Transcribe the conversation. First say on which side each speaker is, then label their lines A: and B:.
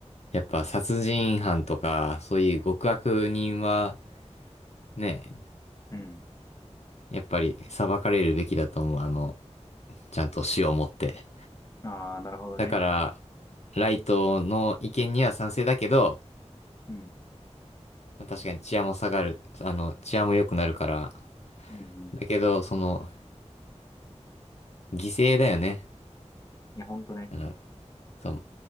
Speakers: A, on the left; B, on the left.
A: やっぱ殺人犯とか、そういう極悪人はね、
B: うん。
A: やっぱり裁かれるべきだと思う。あの、ちゃんと死をもって。
B: ああ、なるほどね。
A: だから、ライトの意見には賛成だけど、
B: うん。
A: まあ確かに治安も下がる、あの、治安も良くなるから。
B: うん、うん。
A: だけど、その、犠牲だよね。
B: いや、ほんとね。
A: あの、その、